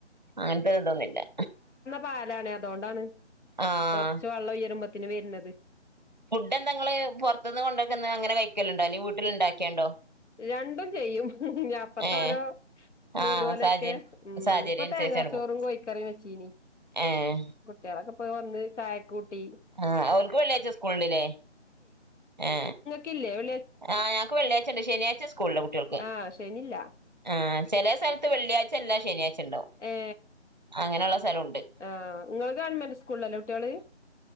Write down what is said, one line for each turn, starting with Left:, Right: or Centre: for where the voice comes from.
Right: അങ്ങനത്തെതോന്നുല്ലാ
Left: പാലാണ് അതോണ്ടാണ്
Right: ആഹ്
Left: കൊറച്ച് വെള്ളം ഉയരുമ്പത്തിന് വര് ന്നത്
Right: ഫുഡ് എന്തങ്ങള് പുറത്തു നിന്ന് കൊണ്ടോക്കുന്ന അങ്ങനെ കഴിക്കലുണ്ടോ അല്ലെങ്കി വീട്ടിലുണ്ടാക്കിയണ്ടോ
Left: രണ്ടും ചെയ്യും അപ്പത്ത
Right: ഏഹ്
Left: ഓരോ മൂടു
Right: ആഹ്
Left: പോലൊക്കെ
Right: സാഹചര്യം
Left: ഉം
Right: സാഹചര്യം
Left: ഇന്നിപ്പൊ
Right: അനുസരിച്ചാണ്
Left: തേങ്ങാച്ചോറും
Right: പോവും
Left: കോഴിക്കറിയും വെച്ചീനി
Right: ഏഹ്
Left: കുട്ടികളൊക്കെ പോയി വന്ന് ചായൊ കൂട്ടി
Right: ആ ഓൽക്ക് വെള്ളിയാഴ്ച്ച സ്കൂളിണ്ട്ല്ലേ എ
Left: കില്ലേ ഒ
Right: ആ ഞങ്ങക്ക് വെള്ളിയാഴ്ച്ചണ്ട് ശനിയാഴ്ച സ്കൂളില്ല കുട്ടിൾക്ക്.
Left: ആ ശനില്ല.
Right: ആ ചില സ്ഥലത്ത് വെള്ളി ആഴ്ച ഇല്ല ശനിയാഴ്ച ഉണ്ടാവും.
Left: ഏ
Right: അങ്ങനെയുള്ള സ്ഥലമുണ്ട്
Left: ആ നിങ്ങൾ ഗവൺമെന്റ് സ്കൂളിലല്ലോ കുട്ടിള്